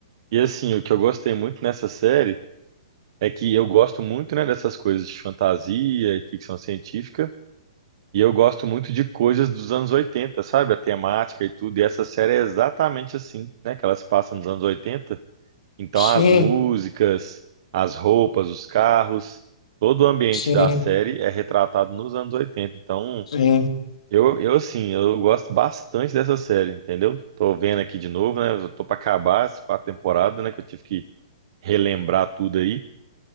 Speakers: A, on the right; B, on the left.
A: E assim, o que eu gostei muito nessa série é que eu gosto muito, né, dessas coisas de fantasia e ficção científica. E eu gosto muito de coisas dos anos 80, sabe? A temática e tudo. E essa série é exatamente assim, né? Que elas passam nos anos oitenta, Então,
B: Sim,
A: as músicas, as roupas, os carros, todo o ambiente
B: sim,
A: da série é retratado nos anos 80. Então,
B: sim.
A: eu, eu assim, eu gosto bastante dessa série, entendeu? Tô vendo aqui de novo, né? Eu tô pra acabar as quatro temporadas, né? Que eu tive que relembrar tudo aí.